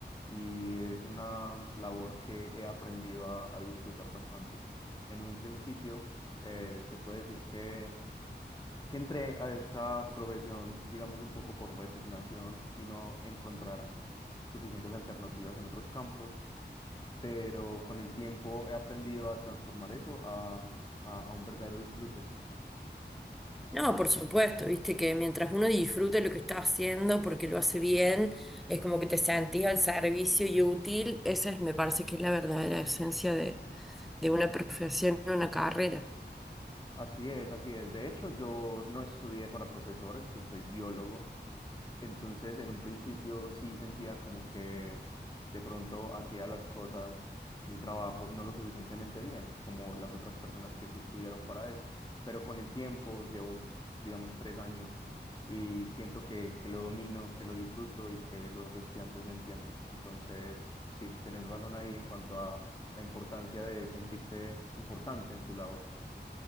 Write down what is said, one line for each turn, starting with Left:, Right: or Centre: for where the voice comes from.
Left: y es una labor que he aprendido a, a disfrutar bastante. En un principio, eh, se puede decir que... que entré a esta profesión, digamos, un poco por resignación y no encontrar suficientes alternativas en otros campos, pero con el tiempo he aprendido a transformar eso a, a- a un verdadero disfrute.
Centre: No, por supuesto, viste que mientras uno disfrute lo que está haciendo porque lo hace bien, es como que te sentís al servicio y útil. Esa es, me parece que es la verdadera esencia de, de una profesión, una carrera.
Left: Así es, así es. De hecho, yo no estudié para profesor, estu- soy biólogo. Entonces, en un principio sí sentía como que de pronto hacía las cosas, mi trabajo, no lo suficientemente bien, como las otras personas que sí estudiaron para eso. Pero con el tiempo, llevo, digamos, tres años y siento que, que lo domino, que lo disfruto y que los estudiantes me entienden. Entonces, sí, tenés razón ahí en cuanto a la importancia de sentirse importante en su labor.